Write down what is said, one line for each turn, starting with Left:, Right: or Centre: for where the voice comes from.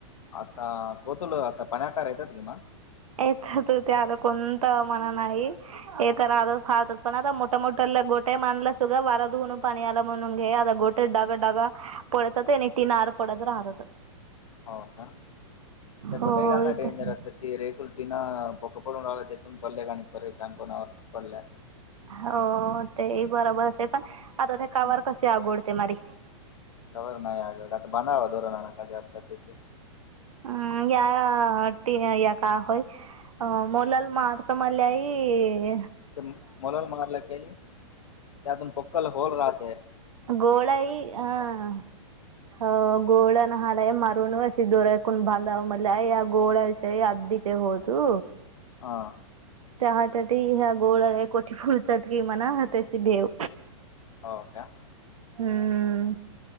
Left: आता कोतुल आता पनाकार येतात कि म
Right: य तर तर ते आलं कोणत मण नाही हे तर रा फाळतात पण आता मोठ. मो मोटला गोटे मानला सुगा वारा धुवून पाणी आला म्हणून घे आता गोटे डागत डागा. तीन आर पडत राहतातअ.
Left: हो का तर कुठेही
Right: हो
Left: घालना
Right: इथं
Left: डेंजरस आहे ती रे? फुल्टिनं पक पडून राहिला त्याथून पडले ग आणि पर शानपणावर पडल्या.
Right: हो तेही बरोबर असते पण आता त्या कावर
Left: हम्
Right: कशी आघोडते मारी
Left: खबर नाही आगड आता बनावा धोरण ना काज आता त्याशी
Right: अम या ट या का होय. अ मुलाल मारत मल्याई
Left: ते मोलाल मारलं काही त्यातून पक्कल होल राहतय.
Right: गोळा येई ह हो अ गोळ्यान हा. मला मारून अ दोऱ्याकून बांधाव मलाई या गोळ्याच्या अदीच्या होतु.
Left: हां.
Right: त्या ह त्या ह्या गोळ कोठ फुलतात कि म्हणा त्याची भेव.
Left: हो का?
Right: हम्म